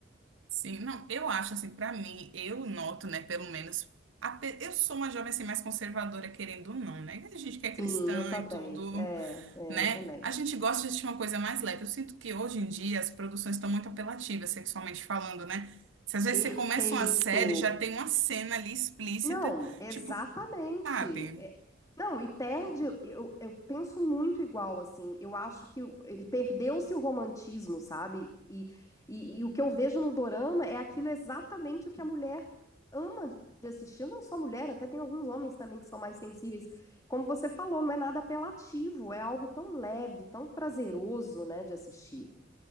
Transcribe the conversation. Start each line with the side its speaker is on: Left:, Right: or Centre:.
Right: Sim, não, eu acho assim, pra mim, eu noto, né, pelo menos, ape- eu sou uma jovem assim mais conservadora, querendo ou não, né? A gente que é
Left: Sim,
Right: cristã
Left: eu também.
Right: e tudo,
Left: É, é,
Right: né?
Left: eu também.
Right: A gente gosta de assistir uma coisa mais leve. Eu sinto que hoje em dia as produções estão muito apelativas, sexualmente falando, né? Se às vezes
Left: Perfeito.
Right: você começa uma série, já tem uma cena ali explícita,
Left: Não, exatamente.
Right: tipo, sabe?
Left: É- Não, e perde, eu, eu penso muito igual, assim. Eu acho que o- ele perdeu-se o romantismo, sabe? E, e, e o que eu vejo no dorama é aquilo exatamente o que a mulher ama de assistir. Não só mulher, até tem alguns homens também que são mais sensíveis. Como você falou, não é nada apelativo, é algo tão leve, tão prazeroso, né, de assistir.